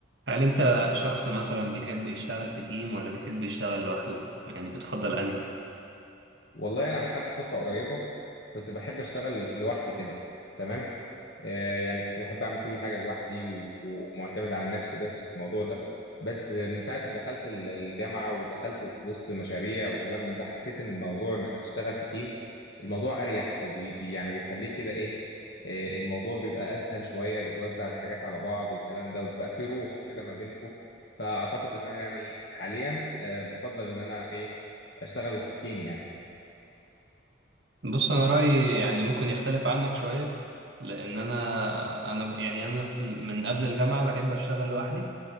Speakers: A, on the right; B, on the left.
A: هل أنت شخص مثلا بيحب يشتغل في تيم ولا بيحب يشتغل لوحده؟ يعني بتفضل أنهي؟
B: والله أنا لحد فترة قريبة كنت بحب أشتغل لوحدي كده تمام آه، يعني كنت بحب اعمل كل حاجه لوحدي و- ومعتمد على نفسي بس في الموضوع ده بس آه، من ساعه ما دخلت ال- الجامعه ودخلت في وسط مشاريع وكلام من ده حسيت ان الموضوع انك تشتغل في تيم الموضوع اريح وبي بي- يعني بيخليك كده ايه آه، الموضوع بيبقى اسهل شويه بتوزع الحاجات على بعض والكلام ده وبيبقى في روح كده ما بينكم فاعتقد ان انا يعني حاليا آه، بفضل ان انا ايه اشتغل وسط تيم يعني
A: بص أنا رأيي يعني ممكن يختلف عنك شوية لأن أنا أنا ب- يعني أنا في... ال- من قبل الجامعة بحب أشتغل لوحدي